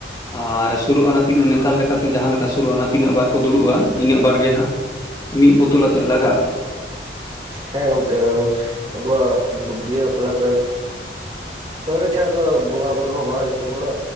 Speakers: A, on the left; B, on the right.
A: ᱟᱨ ᱥᱩᱨᱩᱜ-ᱟᱱᱟ ᱛᱤᱱᱟᱹᱜ ᱱᱮᱛᱟᱨ ᱞᱮᱠᱟ ᱠᱟᱛᱮ ᱡᱟᱦᱟᱸ ᱞᱮᱠᱟ ᱥᱩᱨᱩᱜ-ᱟ ᱚᱱᱟ ᱛᱤᱱᱟᱹᱜ ᱵᱟᱨ ᱠᱚ ᱫᱩᱲᱩᱵ-ᱟ ᱤᱱᱟᱹᱜ ᱵᱟᱨ ᱜᱮ ᱦᱟᱸᱜ ᱢᱤᱫ ᱵᱳᱛᱚᱞ ᱟᱛᱮ ᱞᱟᱜᱟᱜ-ᱟ᱾
B: ᱦᱮᱸ ᱜᱚᱝᱠᱮ ᱟᱵᱚᱣᱟᱜ ᱵᱤᱦᱟᱹ ᱵᱟᱯᱞᱟ ᱠᱚ ᱨᱮᱫᱚ ᱪᱷᱟᱲᱟ ᱫᱚ ᱵᱚᱸᱜᱟ ᱵᱩᱨᱩ ᱦᱚᱸ ᱵᱟᱝ ᱦᱳᱭᱳᱜ ᱛᱟᱵᱩᱱᱟ